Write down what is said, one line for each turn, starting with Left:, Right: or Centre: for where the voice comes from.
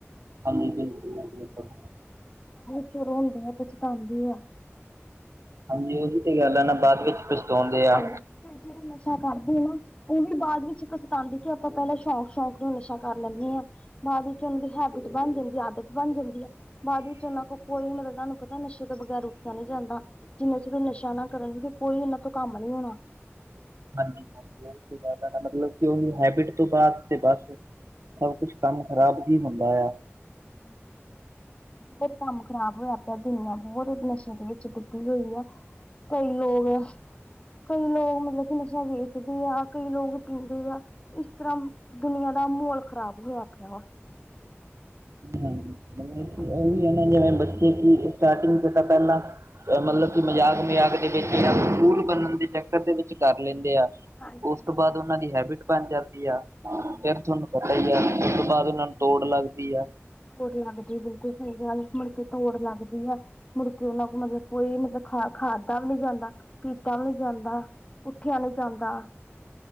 Right: ਹਾਂਜੀ! ਬਿਲਕੁਲ ਬਿਲਕੁਲ।
Left: ਫਿਰ ਰੋਂਦੇ ਐ, ਪਛਤਾਉਂ ਦੇ ਐ।
Right: ਹਾਂਜੀ, ਉਹਦੀ ਤੇ ਗੱਲ ਆ ਨਾ, ਬਾਅਦ ਵਿੱਚ ਪਛਤਾਉਂਦੇ ਆ।
Left: ਹਾਂਜੀ ਫਿਰ ਜਿਹੜਾ ਨਸ਼ਾ ਕਰਦੇ ਨਾ ਉਹ ਵੀ ਬਾਅਦ ਵਿੱਚ ਇੱਕ ਸਤਾਉਂਦੇ, ਕਿ ਆਪਾਂ ਪਹਿਲਾਂ ਸ਼ੌਕ ਸ਼ੌਂਕ ਨੂੰ ਨਸ਼ਾ ਕਰ ਲੈਂਦੇ ਹਾਂ। ਬਾਅਦ ਵਿੱਚ ਉਹਨਾਂ ਦੀ ਹੈਬਿਟ ਬਣ ਜਾਂਦੀ ਆਦਤ ਬਣ ਜਾਂਦੀ ਹੈ। ਬਾਅਦ ਵਿੱਚ ਉਹਨਾਂ ਕੋਲ ਕੋਈ ਮਤਲਬ, ਤੁਹਾਨੂੰ ਪਤਾ ਨਸ਼ੇ ਤੋਂ ਬਗੈਰ ਉੱਠਿਆ ਨੀ ਜਾਂਦਾ। ਜਿੰਨਾ ਚਿਰ ਉਹ ਨਸ਼ਾ ਨਾ ਕਰਨ, ਕੋਈ ਉਹਨਾਂ ਤੋਂ ਕੰਮ ਨੀ ਹੋਣਾ।
Right: ਹਾਂਜੀ ਹਾਂਜੀ। ਉਹ ਜ਼ਿਆਦਾ ਨਾ ਮਤਲਬ ਕਿ ਉਹੀ ਹੈਬਿਟ ਉਸ ਤੋਂ ਬਾਅਦ ਤੇ ਬਸ ਸਭ ਕੁਛ ਕੰਮ ਖ਼ਰਾਬ ਹੀ ਹੁੰਦਾ ਆ।
Left: ਹਮ ਹਮ ਬਹੁਤ ਕੰਮ ਖ਼ਰਾਬ ਹੋਇਆ ਪਿਆ। ਦੁਨੀਆਂ ਬਹੁਤ ਨਸ਼ੇ ਦੇ ਵਿੱਚ ਕੁੱਟੀ ਹੋਈ ਆ। ਕਈ ਲੋਕ ਕਈ ਲੋਕ ਮਤਲਬ ਕਿ ਨਸ਼ਾ ਵੇਚਦੇ ਆ ਕਈ ਲੋਕ ਪੀਂਦੇ ਆ। ਇਸ ਤਰ੍ਹਾਂ ਦੁਨੀਆਂ ਦਾ ਮਾਹੌਲ ਖ਼ਰਾਬ ਹੋਇਆ ਪਿਆ ਵਾ
Right: ਹਾਂਜੀ
Left: ਹਾਂਜੀ
Right: ਹਾਂ ਉਹਹੀ ਹੈ ਨਾ ਜੇ ਮੈਂ ਬੱਚੇ ਕੀ ਸਟਾਰਟਿੰਗ ਚ ਤਾਂ ਪਹਿਲਾਂ ਮਤਲਬ ਕਿ ਮਜ਼ਾਕ ਮਜ਼ਾਕ ਦੇ ਵਿੱਚ ਸਕੂਲ ਬਣਨ ਦੇ ਚੱਕਰ ਦੇ ਵਿੱਚ ਕਰ ਲੈਂਦੇ ਆ।
Left: ਹਾਂਜੀ ਬਿਲਕੁਲ
Right: ਉਸ ਤੋਂ ਬਾਅਦ ਉਹਨਾਂ ਦੀ ਹੈਬਿਟ ਬਣ ਜਾਂਦੀ ਆ,
Left: ਹਾਂਜੀ।
Right: ਫਿਰ ਤੁਹਾਨੂੰ ਪਤਾ ਹੀ ਆ ਬਾਅਦ ਉਹਨਾਂ ਨੂੰ ਤੋੜ ਲੱਗਦੀ ਆ।
Left: ਤੋੜ ਲੱਗਦੀ, ਬਿਲਕੁਲ ਸਹੀ ਮੁੜਕੇ ਤੋੜ ਲੱਗਦੀ ਆ। ਮੁੜਕੇ ਉਹਨਾ ਕੋਲ ਮਤਲਬ ਕੋਈ ਮਤਲਬ ਖਾ ਖਾਦਾ ਵੀ ਨਹੀਂ ਜਾਂਦਾ ਪੀਤਾ ਵੀ ਨਹੀਂ ਜਾਂਦਾ ਉੱਠਿਆ ਨਹੀਂ ਜਾਂਦਾ।